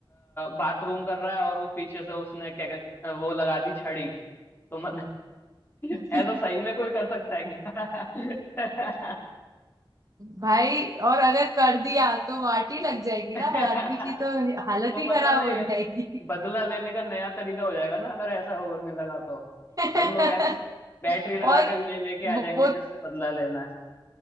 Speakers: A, on the left; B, on the right.
A: बाथरूम कर रहा है और वो पीछे से उसने क्या क्या- वो लगा दी छड़ी तो मतलब <laughs>
B: <laughs>
A: ऐसा सही में कोई कर सकता है क्या
B: भाई और अगर कर दिया तो वाटी लग जाएगी
A: <laughs>
B: ना आदमी की तो
A: तो
B: हालत ही
A: मतलब
B: खराब
A: नहीं
B: हो जाएगी
A: बदला लेने का नया तरीका हो जाएगा ना अगर ऐसा होने लगा तो
B: <laughs>
A: सब लोग ऐसे बैटरी लगा
B: और
A: कर ले लेके
B: वो
A: आ जाएंगे
B: वो
A: जिससे बदला लेना